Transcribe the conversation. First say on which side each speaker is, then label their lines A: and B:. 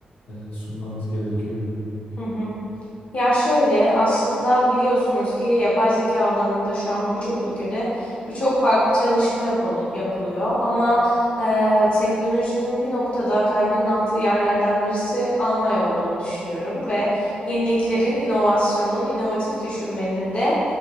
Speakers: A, on the left; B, on the left.
A: e, sunmanız gerekiyor.
B: Hı hı. Ya şöyle aslında biliyorsunuz ki yapay zeka alanında şu an birçok ülkede birçok farklı çalışma yapılı- yapılıyor. Ama eee, teknolojinin bir noktada kalbinin attığı yerlerden birisi Almanya olduğunu düşünüyorum. Ve yeniliklerin, inovasyonun, inovatif düşünmenin de